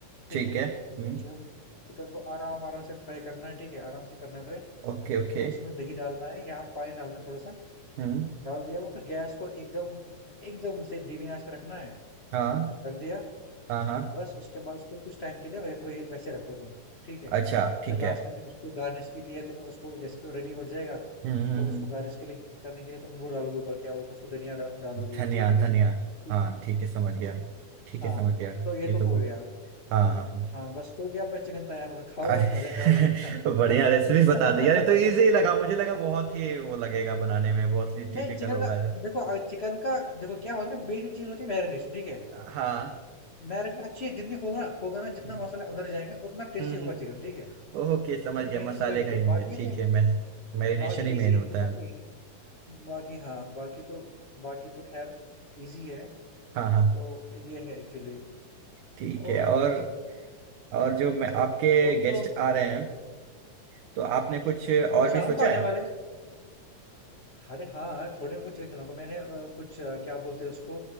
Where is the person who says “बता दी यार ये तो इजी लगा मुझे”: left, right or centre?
Right